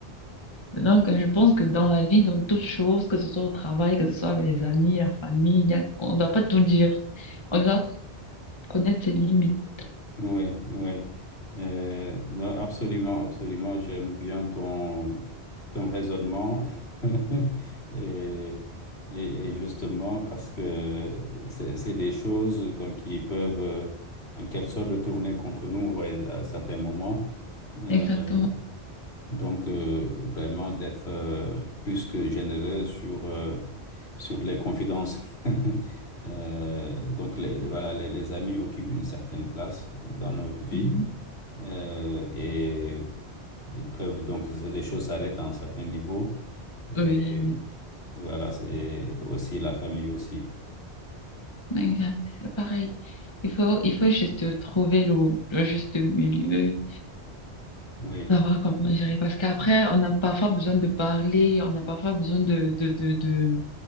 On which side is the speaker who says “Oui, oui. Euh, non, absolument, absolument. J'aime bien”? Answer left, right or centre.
Left